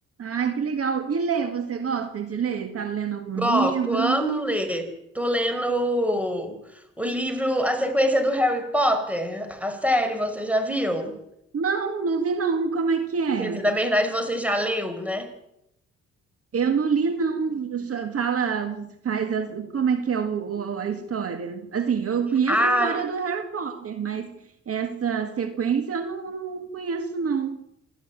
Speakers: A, on the right; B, in the centre.
A: Ai, que legal. E ler, você gosta de ler? Tá lendo algum
B: Gosto,
A: livro?
B: amo ler. Tô lendo o livro, a sequência do Harry Potter, a série, você já viu?
A: Não, não vi não. Como é que é?
B: Quer dizer, na verdade você já leu, né?
A: Eu não li não. Só Fala, faz as... como é que é o- o- a história? Assim, eu conheço
B: Ah,
A: a história do Harry Potter, mas essa sequência eu não, não conheço não.